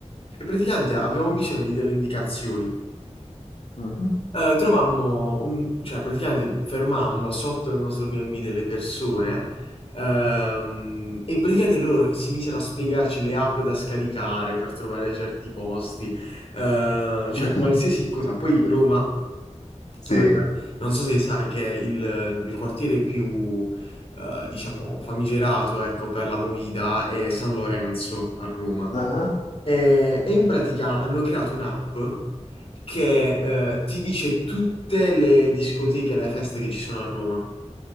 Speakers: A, on the left; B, on the left.
A: e praticamente avevamo bisogno di delle indicazioni,
B: Mhm.
A: eh, trovammo, un- cioè praticamente fermammo sotto il nostro B&B delle persone ehm, e praticamente loro si misero a spiegarci le app da scaricare per trovare certi posti, eh, cioè
B: <laughs>
A: qualsiasi cosa. Poi Roma,
B: Sì.
A: immagina- non so se sai che è il, il quartiere più, eh, diciamo, famigerato, ecco, per la movida è San Lorenzo a Roma.
B: Ah,
A: Eh, e in pratica hanno creato un'app che eh, ti dice tutte le discoteche, le feste che ci sono a Roma.